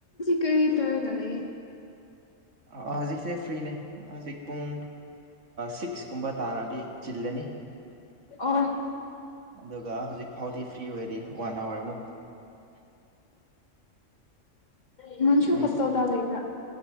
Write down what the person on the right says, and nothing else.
ꯍꯧꯖꯤꯛꯁꯦ ꯐ꯭ꯔꯤꯅꯦ ꯍꯧꯖꯤꯛ ꯄꯨꯡ ꯁꯤꯛꯁꯀꯨꯝꯕ ꯇꯥꯔꯗꯤ ꯆꯤꯜꯂꯅꯤ
ꯑꯗꯨꯒ ꯍꯧꯖꯤꯛ ꯐꯥꯎꯗꯤ ꯐ꯭ꯔꯤ ꯑꯣꯏꯗꯤ ꯋꯥꯟ ꯑꯋꯥꯔ ꯑꯃꯨꯛ
ꯎꯝ